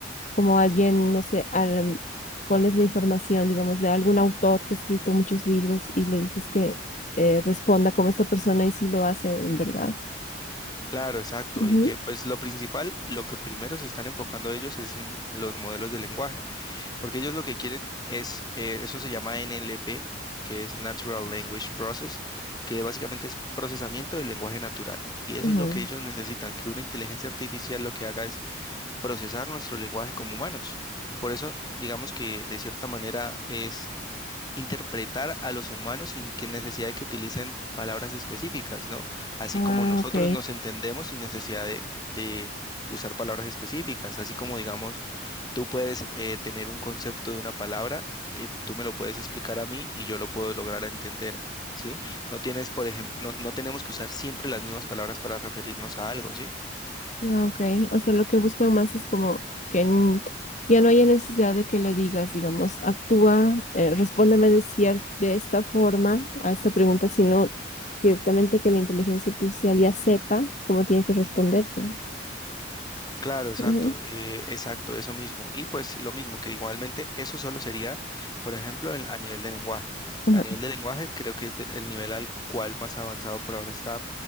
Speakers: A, on the left (about 40°); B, on the left (about 20°).
A: como alguien, no sé, al- pones la información, digamos, de algún autor que ha escrito muchos libros y le dices que eh, responda como esta persona y sí lo hace, en verdad.
B: Claro, exacto.
A: Ujú,
B: Y que pues lo principal, lo que primero se están enfocando ellos es en los modelos de lenguaje, porque ellos lo que quieren es, eh, eso se llama NLP, que es Natural Language Process, que básicamente es procesamiento del lenguaje natural. Y eso
A: ujú.
B: es lo que ellos necesitan, que una inteligencia artificial lo que haga es procesar nuestro lenguaje como humanos. Por eso, digamos que de cierta manera es interpretar a los humanos sin que necesidad de que utilicen palabras específicas, ¿no? Así
A: Ah,
B: como nosotros
A: ok.
B: nos entendemos sin necesidad de, de usar palabras específicas, así como, digamos, tú puedes eh, tener un concepto de una palabra, eh, tú me lo puedes explicar a mí y yo lo puedo lograr entender. ¿Sí? No tienes, por ejemplo, no, no tenemos que usar siempre las mismas palabras para referirnos a algo, ¿sí?
A: Ah, Ok, o sea, lo que buscan más es como que n- ya no haya necesidad de que le digas, digamos, actúa, eh, respóndeme de cier- de esta forma a esta pregunta, sino directamente que la inteligencia artificial ya sepa cómo tiene que responderte.
B: Claro, exacto,
A: Ujú,
B: eh, exacto, eso mismo. Y pues lo mismo, que igualmente eso solo sería, por ejemplo, el- a nivel de lenguaje.
A: ajá.
B: A nivel de lenguaje creo que es de- el nivel al cual más avanzado por ahora está,